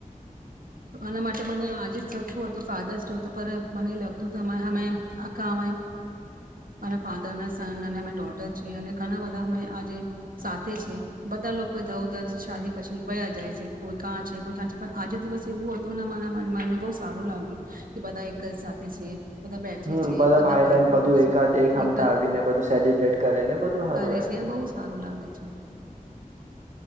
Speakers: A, on the right (about 75°); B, on the right (about 55°).
A: તો આના માટે મને આજે જ શું હતું ફાધર્સ જો હતું પણ મને એ લાગતું અમાં હામે અમે આખા મેરા ફાધર ના સન અને અમે ડોટર છે અને ઘણા બધા અમે આજે સાથે છે બધા લોકોધરધર શાદી પછી બ જાય છે કોઈ કાં છે કોઈ કાં છે પણ આજે દિવસ એવું હતું ને મને બો સારું લાગ્યું કે બધા એક જ સાથે છે. બધા બેઠે
B: હમ
A: છે બધા
B: ભાઈ
A: બાતો
B: બહેન બધું
A: કરશે
B: એકાદ હમતા
A: એક
B: આવીને બધું સેલિબ્રેટ કરે ને બધું સારું
A: કરે
B: એમ
A: છે બઉ સારું લાગે છે.